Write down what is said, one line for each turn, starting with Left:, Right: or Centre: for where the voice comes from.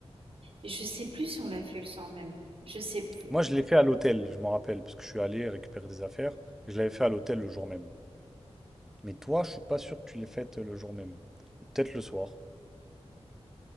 Right: et je sais plus si on l'a fait le soir même. Je sais plus.
Centre: Moi, je l'ai fait à l'hôtel, je m'en rappelle, parce que je suis allé récupérer des affaires. Je l'avais fait à l'hôtel le jour même. Mais toi, je suis pas sûr que tu l'aies faite euh, le jour même. Peut-être le soir.